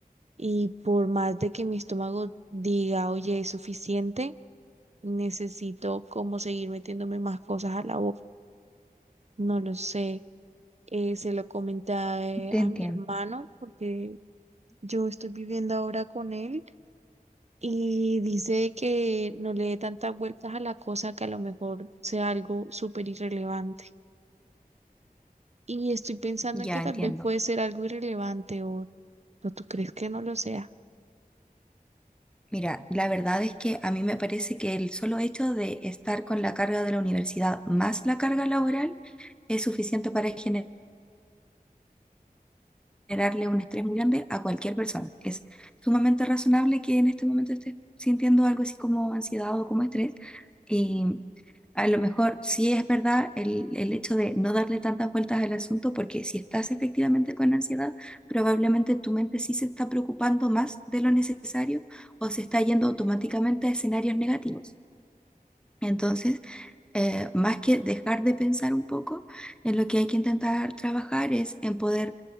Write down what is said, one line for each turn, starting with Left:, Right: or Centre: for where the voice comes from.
Right: Y por más de que mi estómago diga, oye, es suficiente, necesito como seguir metiéndome más cosas a la boca. No lo sé. Eh, se lo comenté a eh,
Centre: Te
Right: a
Centre: entiendo.
Right: mi hermano porque yo estoy viviendo ahora con él y dice que no le dé tantas vueltas a la cosa que a lo mejor sea algo súper irrelevante. Y estoy pensando
Centre: Ya
Right: en que tal
Centre: entiendo.
Right: vez puede ser algo irrelevante o, o tú crees que no lo sea.
Centre: Mira, la verdad es que a mí me parece que el solo hecho de estar con la carga de la universidad más la carga laboral es suficiente para generar generarle un estrés muy grande a cualquier persona. Es sumamente razonable que en este momento estés sintiendo algo así como ansiedad o como estrés. Y a lo mejor sí es verdad el, el hecho de no darle tantas vueltas al asunto, porque si estás efectivamente con ansiedad, probablemente tu mente sí se está preocupando más de lo necesario o se está yendo automáticamente a escenarios negativos. Entonces, eh, más que dejar de pensar un poco, en lo que hay que intentar trabajar es en poder